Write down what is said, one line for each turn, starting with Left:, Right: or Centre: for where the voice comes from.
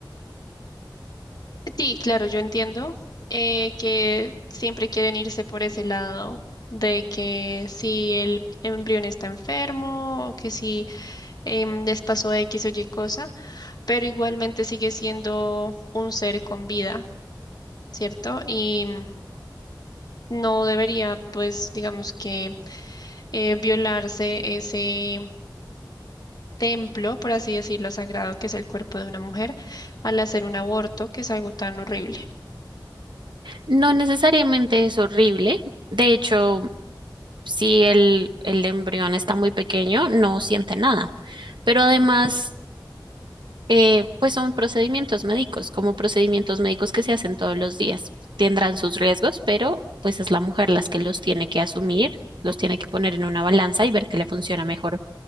Left: Sí, claro, yo entiendo eh, que siempre quieren irse por ese lado de que si el embrión está enfermo o que si em, les pasó X o Y cosa, pero igualmente sigue siendo un ser con vida, ¿cierto? Y mm, no debería, pues, digamos que eh, violarse ese templo, por así decirlo, sagrado que es el cuerpo de una mujer al hacer un aborto, que es algo tan horrible.
Right: No necesariamente es horrible. De hecho, si el, el embrión está muy pequeño, no siente nada. Pero además, eh, pues son procedimientos médicos, como procedimientos médicos que se hacen todos los días. Tendrán sus riesgos, pero pues es la mujer las que los tiene que asumir, los tiene que poner en una balanza y ver qué le funciona mejor